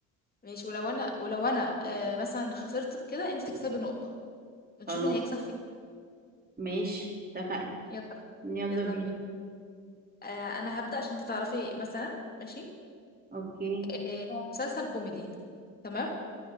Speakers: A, on the left; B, on the right.
A: ماشي ولو أنا ولو أنا آه مثلا خسرت في كده أنت تكسبي نقطة ونشوف
B: خلاص
A: مين هيكسب فين
B: ماشي اتفقنا
A: يلا
B: يلا
A: يلا
B: بينا
A: بينا آه أنا هبدأ عشان أنت تعرفي مثلا ماشي
B: اوكي
A: آه هو مسلسل كوميدي تمام